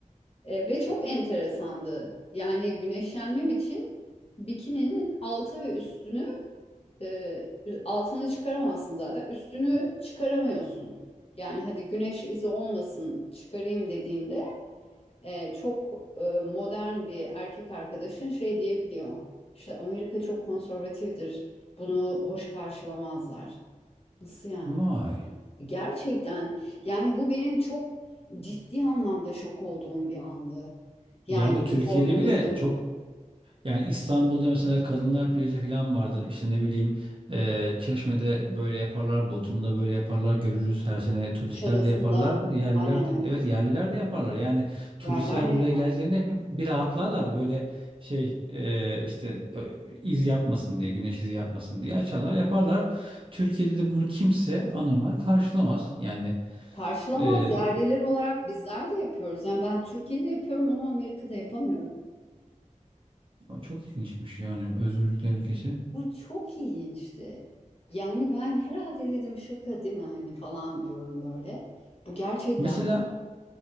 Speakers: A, on the left; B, on the right.
A: e, ve çok enteresandı. Yani güneşlenmem için bikininin altı ve üstünü e, altını çıkaramazsın zaten. Üstünü çıkaramıyorsun. Yani hadi güneş izi olmasın çıkarayım dediğinde e, çok e, modern bir erkek arkadaşın şey diyebiliyor. İşte Amerika çok konservatiftir. Bunu hoş karşılamazlar. Nasıl yani?
B: Vay.
A: Gerçekten yani bu benim çok ciddi anlamda şok olduğum bir andı. Yani
B: Ya bu Türkiye'de
A: sorguladığım
B: bile çok Yani İstanbul'da mesela kadınlar plajı falan vardır. İşte ne bileyim eee, Çeşme'de böyle yaparlar, Bodrum'da böyle yaparlar. Görürüz her sene turistler
A: Kuşadası'nda
B: de yaparlar, yerliler
A: aynen
B: de.
A: öyle.
B: Evet yerliler de yaparlar. Yani turistler
A: Yerlerde
B: buraya geldiklerinde bir rahatlarlar. Böyle şey eee, işte ö, iz yapmasın diye, güneş izi yapmasın diye açarlar, yaparlar. Türkiye'de de bunu kimse anormal karşılamaz. Yani
A: karşılamaz
B: eee,
A: yerliler olarak bizler de yapıyoruz. Yani ben Türkiye'de yapıyorum ama Amerika'da yapamıyorum.
B: çok ilginçmiş yani özgürlükler ülkesi.
A: O çok ilginçti. Yani ben herhalde dedim şaka değil mi hani falan diyorum böyle. Bu gerçekten
B: Mesela